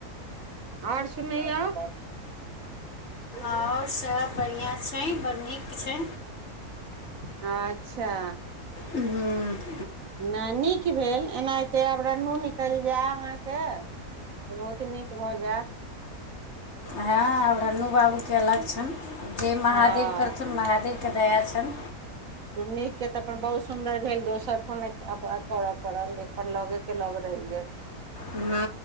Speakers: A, on the right; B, on the left.
A: और सुनैयौ <unintelligible>
B: आओर सब बढ़िआँ छै बड़ नीक छै
A: अच्छा
B: हँ
A: नय नीक भेल एना एते आब रनु निकल जाय अहाँके बहुत नीक भऽ जायत
B: हँ आब रन्नू बाबू के लछन जे महादेव
A: हँ
B: करथुन महादेव के दया छन
A: नीक के तऽ अपन बहुत सुन्दर भेल दोसर ठन करय पड़ल अपन लगे के लग रहि गेल
B: हँ